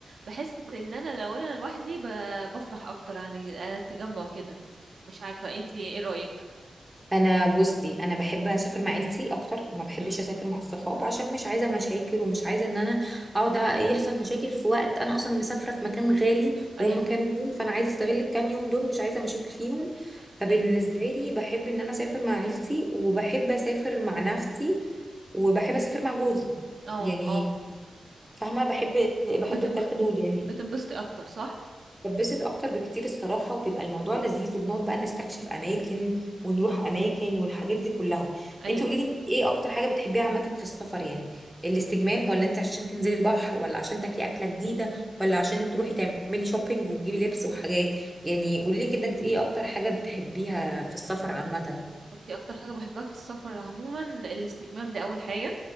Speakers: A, on the right; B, in the centre.
A: بحس ان انا لو انا لوحدي ب- بفرح اكتر يعني آه، التجمع كده مش عارفه انتي ايه رايك
B: انا بصي انا بحب اسافر مع عيلتي اكتر ما بحبش
A: امم
B: اسافر مع الصحاب عشان مش عايزه مشاكل ومش عايزه ان انا اقعد يحصل مشاكل في وقت انا اصلا مسافره في مكان غالي
A: ايوه
B: وهم كام يوم فانا عايزه استغل الكام يوم دول مش عايزه مشاكل فيهم فبالنسبه
A: ايوه
B: لي بحب ان انا اسافر مع عيلتي وبحب اسافر مع نفسي وبحب اسافر مع جوزي
A: اه
B: يعني
A: اه
B: فاهمه بحب بحب
A: بتم
B: التلاته دول يعني
A: بتنبسطي اكتر صح
B: بتبسط اكتر بكتير الصراحه وبيبقى الموضوع لذيذ وبنقعد بقى نستكشف اماكن ونروح اماكن والحاجات دي كلها
A: ايوه
B: انت قولي لي انت ايه اكتر حاجه بتحبيها عامه في السفر يعني الاستجمام ولا انت عشان تنزلي البحر ولا عشان تاكلي اكله جديده ولا عشان تروحي تعملي شوبينج وتجيبي لبس وحاجات يعني قولي لي كده انت ايه اكتر حاجه بتحبيها في السفر عامه
A: بصي اكتر حاجه بحبها في السفر عموما الاستجمام ده اول حاجه